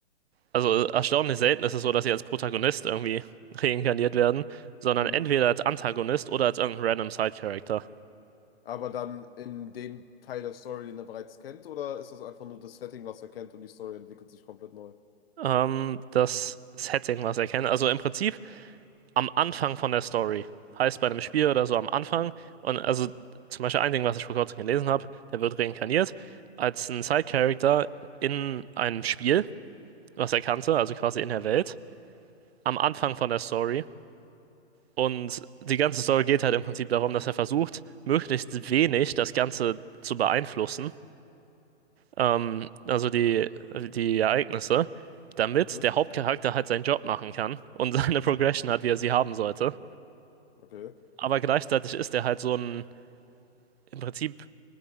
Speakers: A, on the right; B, on the left.
A: also erstaunlich selten ist es so, dass sie als Protagonist irgendwie reinkarniert werden, sondern
B: Mhm.
A: entweder als Antagonist oder als irgendein random Side-Character.
B: Aber dann in den Teil der Story, den er bereits kennt, oder ist das einfach nur das Setting, was er kennt und die Story entwickelt sich komplett neu?
A: Ähm, das Setting, was er kennt. Also im Prinzip am Anfang von der Story. Heißt bei einem Spiel
B: Okay.
A: oder so am Anfang. Und also zum Beispiel ein Ding, was ich vor kurzem gelesen habe, der wird reinkarniert als ein Side-Character in einem Spiel, was er kannte, also quasi in der Welt, am Anfang von der Story. Und die ganze Story geht halt im Prinzip darum, dass er versucht, möglichst wenig das Ganze zu beeinflussen, ähm, also die, die Ereignisse, damit
B: Mhm.
A: der Hauptcharakter halt seinen Job machen kann und <laughs> seine Progression hat, wie er sie haben sollte.
B: Okay.
A: Aber gleichzeitig ist er halt so ein im Prinzip